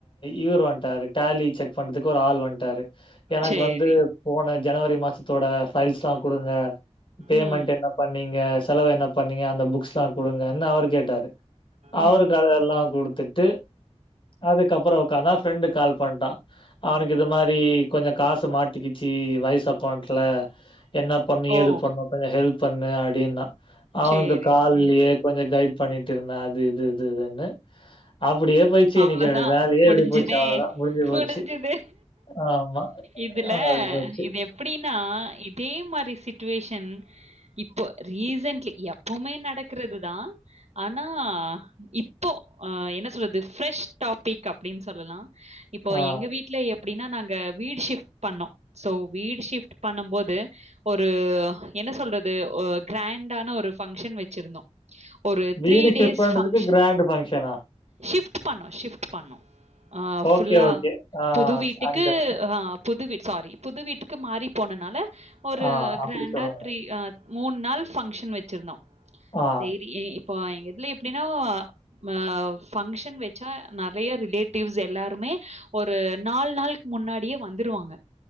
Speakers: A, on the left; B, on the right.
A: இவர் வந்ட்டாரு டேலி செக் பண்றதுக்கு ஒரு ஆள் வந்டாரு எனக்கு
B: சரி.
A: வந்து போன ஜனவரி மாசத்தோட ஃபைல்ஸ்லா குடுங்க பேமெண்ட்
B: ம்.
A: என்ன பண்ணீங்க செலவு என்ன பண்ணீங்க அந்த புக்ஸ்ல்லா குடுங்கன்னு அவரு கேட்டாரு அவருக்கு
B: ம்.
A: அதெல்லா குடுத்துட்டு அதுக்கப்புறோ உக்காந்தா ஃப்ரெண்டு கால் பண்ட்டா அவனுக்கு இது மாரி கொஞ்ச காசு மாட்டிக்கிச்சு வயிஸ் அக்கவுண்ட்ல என்ன பண்ணு
B: ஓ!
A: ஏது பண்ணு கொஞ்ச ஹெல்ப் பண்ணு அப்டின்னா அவனுக்கு
B: சரி.
A: கால்லயே
B: ம்.
A: கொஞ்ச கைட் பண்ணிட்டு இருந்தே அது இது இது இதுன்னு அப்டியே போயிச்சு
B: அவ்வளவுதான்.
A: இன்னைக்கு எனக்கு வேலையே
B: முடிஞ்சுதே!
A: இப்டி போச்சு அவ்ளதா முடிஞ்சு
B: முடிஞ்சுது.
A: போச்சு ஆமா
B: இதுல
A: அப்டி போச்சு.
B: இது எப்டின்னா இதே மாரி சிட்டுவேஷன் இப்போ ரீசன்ட்லி எப்பவுமே நடக்குறது தா ஆனா இப்போ அ என்ன சொல்றது ப்ரெஷ் டாபிக் அப்டின் சொல்லலா இப்போ
A: ஆ.
B: எங்க வீ ட்ல எப்டின்னா நாங்க வீடு ஷிஃப்ட் பண்ணோ சோ வீடு ஷிஃப்ட் பண்ணும் போது ஒரு என்ன சொல்றது ஒரு கிராண்டான ஒரு ஃபங்க்ஷன் வெச்சிருந்தோ ஒரு
A: வீடு
B: த்ரீ டேஸ்
A: ஷிஃப்ட் பண்றதுக்கு
B: ஃபங்க்ஷன்
A: கிராண்ட் ஃபங்க்ஷனா
B: ஷிஃப்ட் பண்ணோ ஷிஃப்ட் பண்ண ஆ ஃபுல்லா
A: ஓகே, ஓகே. ஆ
B: புது வீட்டுக்கு
A: அண்டர்ஸ்டாண்ட்.
B: ஆ புது வீட் சாரி புது வீட்டுக்கு மாறி போனனால ஒரு
A: ஆ அப்டி
B: கிராண்டா
A: சொல்லுங்க.
B: த்ரீ ஆ மூண் நாள் ஃபங்க்ஷன் வெச்சிருந்தோ
A: ஆ,
B: சேரி இப்போ எங்க இதுல எப்டின்னா அ ஃபங்க்ஷன் வெச்சா நறைய ரிலேட்டிவ்ஸ் எல்லாருமே ஒரு நாலு நாளுக்கு முன்னாடியே வந்துருவாங்க